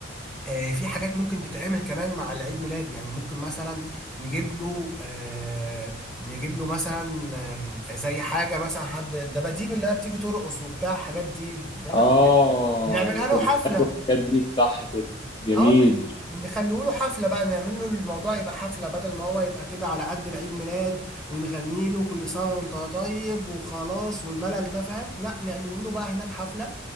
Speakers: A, in the centre; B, on the left.
A: آه، في حاجات ممكن تتعمل كمان مع العيد ميلاد يعني ممكن مثلا نجيب له آه، نجيب له مثلا آم، زي حاجة مثلا حد الدباديب اللي هي بتيجي ترقص وبتاع الحاجات دي بنعمله
B: اه
A: نعملها
B: الغرزات
A: له حفلة
B: والحاجات دي صح كده جميل
A: اه نخليه له حفلة بقى نعمل له الموضوع يبقى حفلة بدل ما هو يبقى كده على قد العيد ميلاد ونغني له كل سنة وانت طيب وخلاص والملل ده فاهم لا نعمله له بقى هناك حفلة